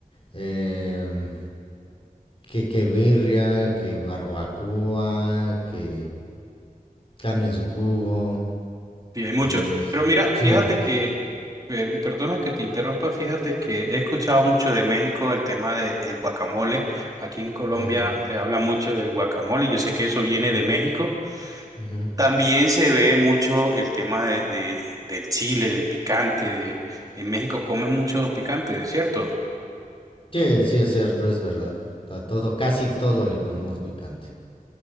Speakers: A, on the left (about 40°); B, on the right (about 25°).
A: em, que que birria, que barbacoa, que carne en su jugo,
B: Sí, hay mucho.
A: eh,
B: Pero mira, fíjate
A: sí,
B: que, per- y perdona que te interrumpa, fíjate que he escuchado mucho de México el tema del guacamole. Aquí en Colombia
A: mm,
B: se habla mucho del guacamole, yo sé que eso viene de México.
A: ujú.
B: También se ve mucho el tema de, de- del chile, del picante. De, en México comen mucho picante, ¿es cierto?
A: Sí, sí, es cierto, es verdad. A todo, casi todo le ponemos picante.